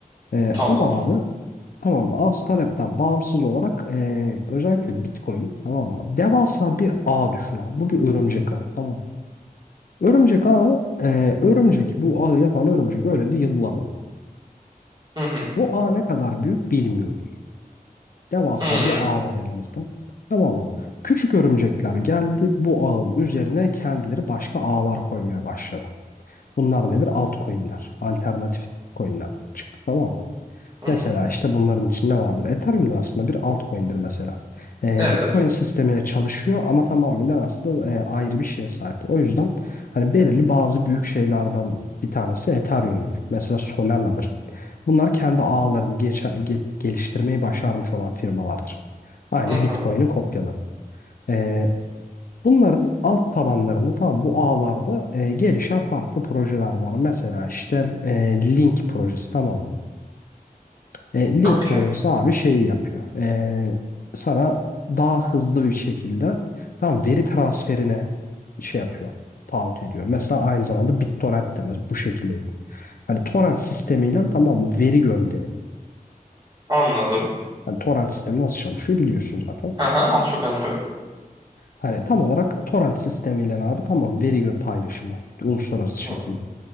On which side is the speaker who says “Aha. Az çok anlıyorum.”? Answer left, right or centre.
Right